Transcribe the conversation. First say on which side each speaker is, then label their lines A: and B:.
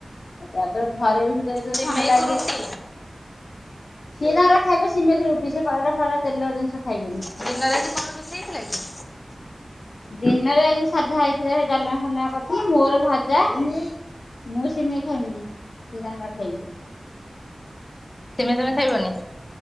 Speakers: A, on the left; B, on the left.
A: ତା ପରେ ବି ଘରେ ବି ସୁଧା ଯେତେବେଳେ
B: ସିମେଇକୁ
A: ଥଣ୍ଡା ଲାଗେ।
B: ରୁଟି
A: ସିଏ ତାଙ୍କର ଖାଇବେ ସିମେଇ କି ରୁଟି ସେଡା ଫଡା ତେଲର ଜିନିଷ ଖାଇବେନି।
B: ମିନରାଜି କନ୍ ରୋଷେଇ ହେଇଥିଲା କି?
A: ଦିନରେ ଆଜି ସାଧା ହେଇଥିଲା ସେ ଡାଲମା ଫଲ କରିଥିଲେ ମୋର ଭଜା। ମୁଁ ସିମି ଖାଇମିନି ସେଏ ଗାଁ ଖାଇବି।
B: ତମେ ତମେ ଖାଇବନି।